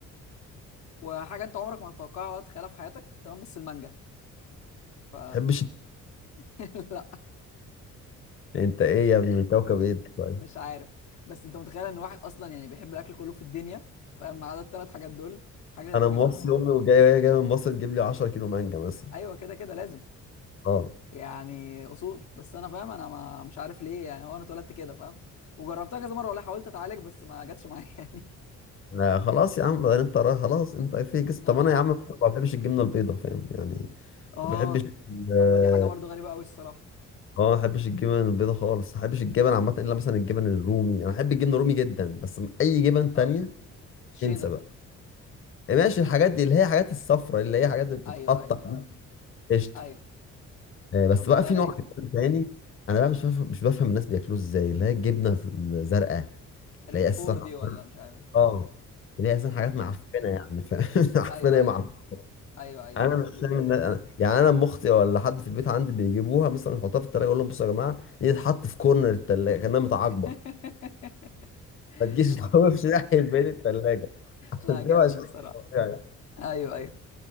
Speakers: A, on the left; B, on the left.
A: وحاجه انت عمرك ما تتوقعها ولا تتخيلها في حياتك تمام بس المانجا ف
B: تحبش
A: <laughs> لا
B: انت ايه يا ابني من كوكب ايه أنت طيب
A: مش عارف بس انت متخيل ان واحد اصلا يعني بيحب الاكل كله في الدنيا فما عدا الثلاث حاجات دول حاجه غريبه
B: انا
A: جدا
B: موصي
A: عامه
B: امي وجاي وهي جايه من مصر تجيب لي 10 كيلو مانجا مثلا
A: ايوه كده كده لازم
B: اه
A: يعني اصول بس انا فاهم انا ما مش عارف ليه يعني هو انا اتولدت كده فاهم وجربتها كذا مره والله حاولت اتعالج بس ما جاتش معايا <laughs> يعني
B: لا خلاص يا عم بعدين انت را- خلاص انت في جسم
A: اه
B: طب انا يا عم ما بحبش الجبنه البيضاء فاهم يعني
A: اه
B: ما بحبش ال-
A: طب ما دي حاجه برضو غريبه قوي الصراحه
B: اه ما بحبش الجبن البيضاء خالص ما بحبش الجبن عامه الا مثلا الجبن الرومي انا احب الجبن الرومي جدا بس اي جبن
A: اه
B: تانية
A: الشيدر
B: انسى بقى يعني ماشي الحاجات دي اللي هي حاجات الصفرة اللي هي حاجات اللي بتتقطع
A: ايوه ايوه ايوه
B: قشطة
A: ايوه
B: آه، بس
A: طب والله
B: بقى في
A: رايق
B: نوع عجيب تاني انا بقى مش بفهم مش بفهم الناس بياكلوه ازاي اللي هي الجبنة الزرقاء اللي
A: الريك
B: هي
A: فور
B: اساسا حوار-
A: دي ولا مش عارف ايه.
B: اه اللي هي اساسا
A: اه
B: حاجات معفنة يعني ف... <laughs> معفنة
A: ايوه
B: يا معفنة
A: ايوه ايوه ايوه
B: انا
A: ايوه
B: مش فاهم الناس أنا... يعني انا ام اختي ولا حد في البيت عندي بيجيبوها مثلا يحطوها في التلاجة اقول لهم بصوا يا جماعة دي تتحط في كورنر التلاجة كأنها متعاقبة
A: <laughs>
B: ما تجيش
A: عم-
B: <laughs> تخوفش ناحية بين التلاجة <laughs> عشان
A: لا جامد
B: دي مش
A: بصراحه
B: طبيعي
A: ايوه ايوه